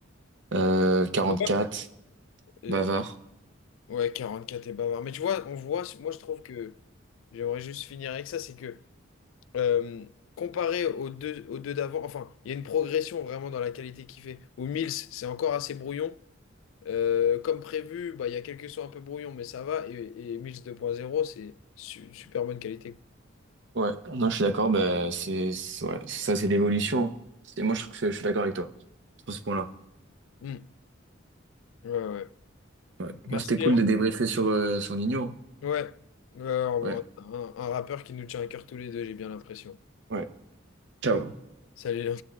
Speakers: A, on the right; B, on the left.
A: Euh, quatre
B: Et bah- Et-
A: bavard.
B: ouais, 44 et bavard. Mais tu vois, on voit, moi je trouve que j'aimerais juste finir avec ça, c'est que euh, comparé aux deux, aux deux d'avant, enfin, il y a une progression vraiment dans la qualité qu'il fait. Où Mills, c'est encore assez brouillon. Euh, comme prévu, bah, il y a quelques sons un peu brouillon, mais ça va. Et, et Mills deux point zéro c'est su- super bonne qualité.
A: Ouais, non, je suis d'accord, bah, c'est, c'est- ouais, ça, c'est l'évolution. C'est, moi, je trouve que je suis d'accord avec toi sur ce point-là.
B: Hmm. Ouais, ouais.
A: Ouais.
B: Merci.
A: Moi, c'était cool de débriefer sur, euh, sur Nino. hein.
B: Ouais, Ouais, un,
A: Ouais.
B: un- un rappeur qui nous tient à cœur tous les deux, j'ai bien l'impression.
A: Ouais. Ciao.
B: Salut Léon.